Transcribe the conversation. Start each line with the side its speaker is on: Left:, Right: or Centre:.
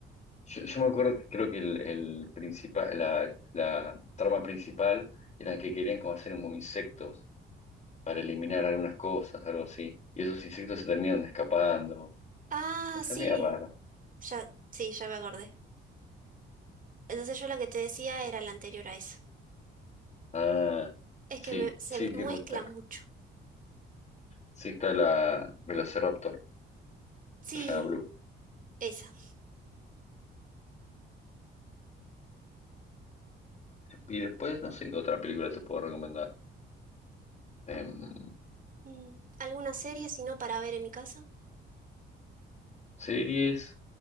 Left: yo, yo me acuerdo que creo que el, el principal, la, la trama principal era que querían como hacer como insectos para eliminar algunas cosas, algo así. Y esos insectos se terminan escapando.
Right: Ah,
Left: No sé,
Right: sí.
Left: mira raro.
Right: Ya, sí, ya me acordé. Entonces yo la que te decía era la anterior a esa.
Left: Ah,
Right: Es
Left: sí,
Right: que me- se
Left: sí,
Right: mezcla
Left: sí, pues está.
Right: mucho.
Left: Sí está la Velociraptor,
Right: Sí,
Left: que se llama Blue.
Right: esa.
Left: Y después, no sé qué otra película te puedo recomendar. Em,
Right: Mm, ¿Alguna serie si no para ver en mi casa?
Left: series.